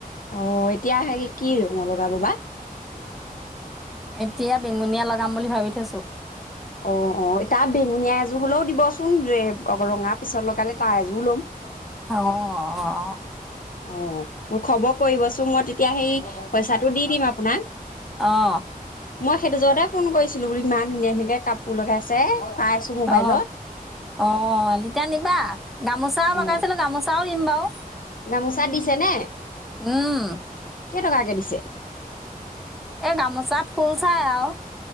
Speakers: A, on the left; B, in the centre.
A: অ এতিয়া হে কি কি ৰুঙ লগাব বা
B: এতিয়া বেনঙুনীয়া লগাম বুলি ভাবি থৈছোঁ
A: অ অ এতিটা বেঙুনীয়া এযোৰ হলেও দিবচোন ৰঙা পিছত লগালে তাৰ এযোৰ লম
B: অ অ
A: অ মোক খবৰ কৰিবচোন মই তেতিয়া সেই পইচাটো দি দিম আপোনাক
B: আহ
A: মই সেইটো যতে ফোন কৰিছিলো বো ইমান ধুনীয়া ধুনীয়াকে কাপোৰ লগাইছে পাইছো মোবাইলত
B: অ অ তেতিয়া নিবা গামোচাও
A: অ
B: লগাইছিলো গামোচাও থিম বওঁ
A: গামোচা দিছে নে
B: উম।
A: কেই টকাকে দিছে
B: এ গামোচা ফুল চাই আৰু